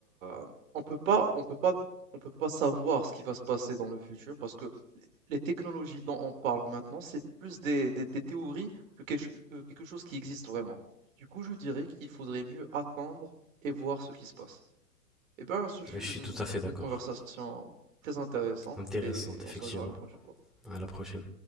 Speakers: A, on the right (about 50°); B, in the centre.
A: heu, on peut pas on peut pas on peut pas savoir ce qui va se passer dans le futur parce que les les technologies dont on parle maintenant, c'est plus des des des théories que quelque ch que quelque chose qui existe vraiment. Du coup, je dirais qu'il faudrait mieux attendre et voir ce qui se passe. Eh ben, ce fut
B: je suis
A: une
B: tout à fait d'accord.
A: une conversation très intéressante
B: Intéressante,
A: et
B: effectivement.
A: on se reverra une prochaine fois.
B: À la prochaine.